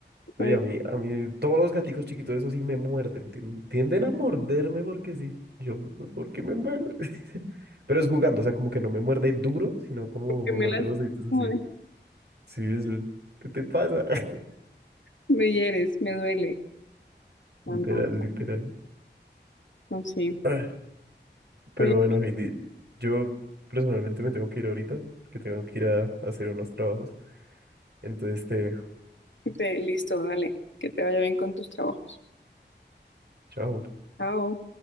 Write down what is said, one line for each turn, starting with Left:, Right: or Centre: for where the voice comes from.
Left: <laughs>
Right: Oye, a mí, a mí, todos los gaticos chiquitos, esos sí me muerden. tien- Tienden a morderme porque sí. Yo, ¿por qué me muerde? <laughs> Pero es jugando, o sea, como que no me muerde duro, sino como
Left: que
Right: me
Left: me
Right: muerde
Left: lastimas,
Right: los deditos así. Sí, eso. ¿Qué te pasa? <laughs>
Left: me hieres, me duele.
Right: Literal,
Left: No, no,
Right: literal.
Left: no, sí.
Right: Ay, Pero
Left: Oye,
Right: bueno, Heidi, yo personalmente me tengo que ir ahorita, que tengo que ir a a hacer unos trabajos. Entonces, te dejo.
Left: te- listo, dale, que te vaya bien con tus trabajos.
Right: Chao.
Left: Chao.